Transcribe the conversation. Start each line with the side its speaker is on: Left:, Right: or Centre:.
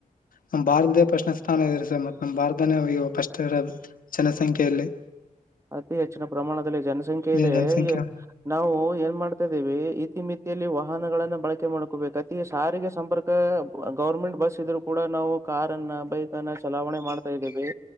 Left: ನಮ್ ಭಾರತ ದ ಪ್ರಶ್ನ ಸ್ಥಾನ ಇದೆರಿ ಸರ್ ಮತ್ತ ನ ಭಾರತ ಅವ ಫಸ್ಟ್ ಇರ ಜನಸಂಖ್ಯೆಯಲ್ಲಿ
Right: ಅತಿ ಹೆಚ್ಚಿನ ಪ್ರಮಾಣದಲ್ಲಿ ಜನಸಂಖ್ಯೆ
Left: ಜ-
Right: ಇದೆ
Left: ಜನಸಂಖ್ಯೆ
Right: ನಾವು ಏನ್ ಮಾಡ್ತ. <unintelligible> ತ ಇದ ಇತಿಮಿತಿಯಲ್ಲಿ ವಾಹನಗಳನ್ನ ಬಳಕೆ ಮಾಡ್ಕೋಬೇಕು ಅತಿ ಸಾರಿಗೆ ಸಂಪರ್ಕ ಗವರ್ಮೆಂಟ್ ಬಸ್ ಇದ್ರು ಕೂಡ ನಾವು ಕಾರ ಅನ್ನ ಬೈಕ್ ಅನ್ನ ಚಲಾವಣೆ ಮಾಡ್ತಾ ಇದ್ದೇವೆ